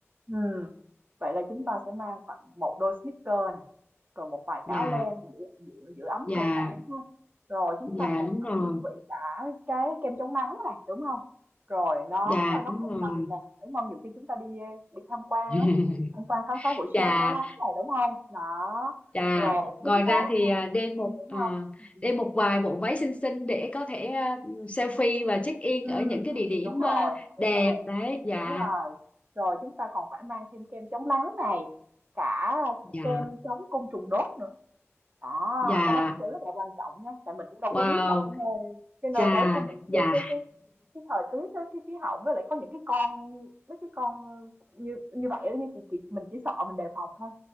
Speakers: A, on the right; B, on the left.
A: Ừm, Vậy là chúng ta sẽ mang khoảng một đôi sneaker nè, rồi một vài
B: Dạ,
A: cái áo len giữ, giữ, giữ ấm
B: dạ,
A: cơ thể đúng không? Rồi chúng
B: dạ
A: ta còn
B: đúng
A: phải
B: rồi.
A: chuẩn bị cả cái kem chống nắng này đúng không? Rồi nón
B: Dạ,
A: ờ, nón
B: đúng
A: rộng
B: rồi.
A: vành nè đúng không? Nhiều khi chúng ta đi đi tham quan
B: <laughs>
A: á, tham quan khám phá buổi
B: Dạ.
A: sáng đó nắng này đúng không? Đó.
B: Dạ,
A: Rồi
B: ngoài
A: kính
B: ra
A: mát
B: thì
A: này
B: à, đem một
A: đúng
B: à,
A: không? Ừ.
B: đem một vài bộ váy xinh xinh để có thể à, selfie và check in
A: Ừm,
B: ở những cái địa
A: ừm,
B: điểm
A: đúng rồi,
B: à, đẹp
A: đúng rồi,
B: đấy. Dạ,
A: đúng rồi. Rồi chúng ta còn phải mang thêm kem chống nắng này, cả
B: dạ,
A: kem chống côn trùng đốt nữa. à
B: dạ,
A: cái đó cũng rất là quan trọng nha, tại mình cũng đâu
B: wow,
A: có biết là cái nơi cái nơi
B: dạ,
A: đến của mình
B: dạ,
A: cái cái cái cái thời tiết á, cái khí hậu với lại có những cái con mấy cái con như như vậy đó, như chị chị mình chỉ sợ mình đề phòng thôi.